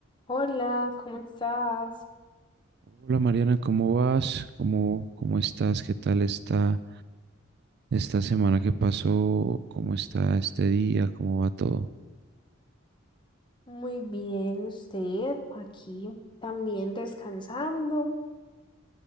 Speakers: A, on the left; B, on the right.
A: Hola, ¿cómo estás?
B: Hola Mariana, ¿cómo vas? ¿Cómo, cómo estás? ¿Qué tal está esta semana que pasó? ¿Cómo está este día? ¿Cómo va todo?
A: Muy bien, usted aquí también descansando.